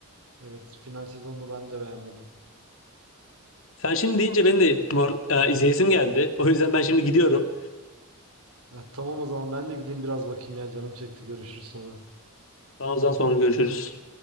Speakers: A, on the right; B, on the left.
A: Evet final sezonunu ben de beğenmedim.
B: Sen şimdi deyince benim de mor- e, izleyesim geldi. O yüzden ben şimdi gidiyorum.
A: Ya, tamam o zaman ben de gideyim biraz bakayım ya canım çekti. Görüşürüz sonra.
B: Daha o zaman sonra görüşürüz.